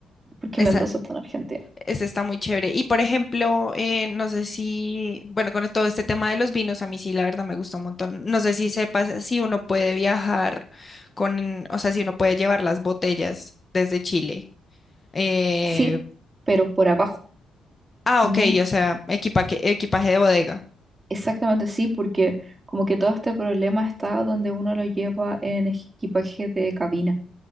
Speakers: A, on the right; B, on the left.
A: porque
B: esa,
A: Mendoza está en Argentina.
B: esa está muy chévere. Y por ejemplo, eh, no sé si, bueno, con todo este tema de los vinos, a mí sí, la verdad me gusta un montón. No sé si sepas si uno puede viajar con, o sea, si uno puede llevar las botellas desde Chile. Eh,
A: Sí, pero por abajo.
B: ah,
A: no,
B: ok, o sea, equipaje, equipaje de bodega.
A: Exactamente sí, porque como que todo este problema está donde uno lo lleva en equipaje de cabina.